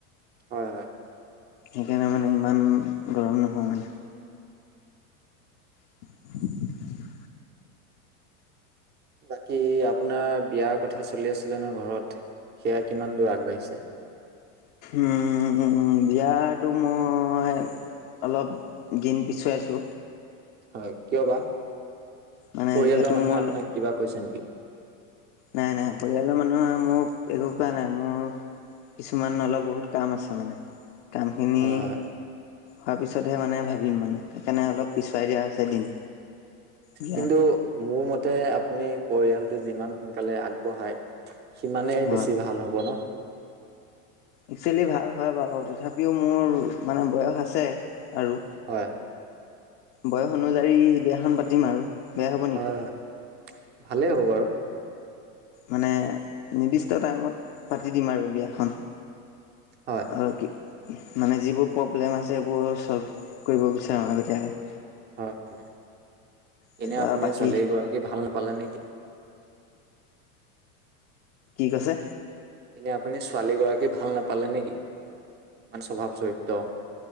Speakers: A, on the right; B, on the left.
A: হয় হয়
B: সেইকাৰণে মানে ইমান গৰম নহয় মানে <inaudible>
A: বাকী আপোনাৰ বিয়াৰ কথা চলি আছিলে ন ঘৰত সেয়া কিমান দূৰ আগবাঢ়িছে।
B: উম বিয়াটো মই অলপ দিন পিছুৱাইছোঁ
A: হয় কিয় বা?
B: মানে
A: পৰিয়ালৰ
B: যিহেতু
A: মানুহে
B: মোৰ
A: আপোনাক কিবা কৈছে নেকি?
B: নাই নাই পৰিয়ালৰ মানুহে মোক একো কোৱা নাই মোৰ কিছুমান অলপ বহুত কাম আছে মানে কাম খিনি
A: হয় হয়
B: হোৱাৰ পিছতহে মানে ভাবিম মানে সেইকাৰণে অলপ পিছুৱাইই দিয়া হৈছে দিন। বিয়া
A: কিন্তু মোৰ মতে আপুনি পৰিয়ালটো যিমান সোনকালে আগবঢ়ায় সিমানে
B: হয়
A: বেছি ভাল হ'ব ন।
B: একচুৱেলি ভাল হয় বাৰু তথাপিও মোৰ মানে বয়স আছে। আৰু
A: হয়
B: বয়স অনুযায়ী বিয়াখন পাতিম আৰু। বেয়া হ'ব নেকি
A: হয় হয় ভালেই হ'ব বাৰু।
B: মানে নিৰ্দিষ্ট টাইমত পাতি দিম আৰু বিয়া। খন
A: হয়
B: আৰু কি। মানে যিবোৰ প্ৰব্লেম আছে সেইবোৰ ছ'ল্ভ কৰিব বিচাৰোঁ আগতীয়াকৈ।
A: হয় হয়,
B: তাৰপৰা
A: এনে আপুনি
B: বাকী
A: ছোৱালী গৰাকী ভাল নাপালে নেকি,?
B: কি কৈছে?
A: এনে আপুনি ছোৱালী গৰাকী ভাল নাপালে নেকি ইমান স্বভাৱ চৰিত্ৰ।